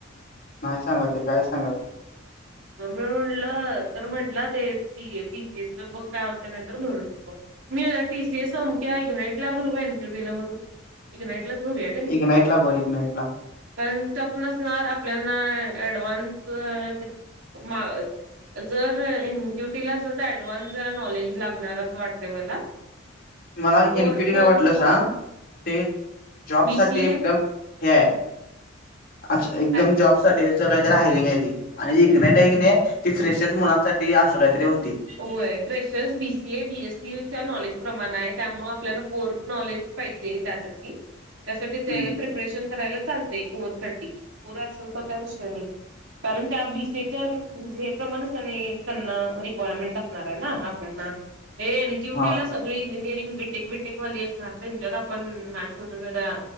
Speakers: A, on the left; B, on the right.
A: नाही सांगत ते काय सांगा.
B: मग म्हणलं तर म्हटलं ते डी पीसीएच बघ काय होत नाहीतर भरून येतो. मी टीसीए समक ऐकन इट बरोब ब आहेन क्युटीला बरू एक <unintelligible> नाईटलाच भरूया कणी
A: इग्नाइट ला भर इग्नाइट ला
B: कारण तफ नसणार आपल्याना डव्हान्स <unintelligible> जर एनक्यूटीलाच अस तर ऍडव्हान्स जरा नॉलेज लागणार असं वाटतंय मला
A: मला
B: कोर
A: इन्क्युरी
B: कोर
A: काय वाटलं
B: नॉलेज
A: सांग ते जॉब
B: बीसीए
A: साठी एकदम हेय- अच्-एकदम
B: अरे
A: जॉब साटीच काहीतरी हयरिंग हाय ती आणि <unintelligible> हाय कणी ती फ्रेशर मुलांसाठी असं काहीतरी होती.
B: होय क्रेशर्स बीसीए बीएसी च्या नॉलेज प्रमाण आहे त्यामुळ आपल्याला कोर्स नॉलेज. <unintelligible> पाहिजे त्यासाठी तया-त्यासाठी
A: हम्म,
B: प्री ऑपरेशन करायला चालतय कोअर साठी कोअर असेल तर काय विषय नई कारण त्या बीसेच्याे हे -प्रमाणने त्यांना रि होय अमेंट असनारय ना <unintelligible>
A: हा
B: <inaudible> सगळी इंजिनिअरिंग बीटेक बिटेक वाली असतात त्यांच्यात आपण अं -मॅच होन जरा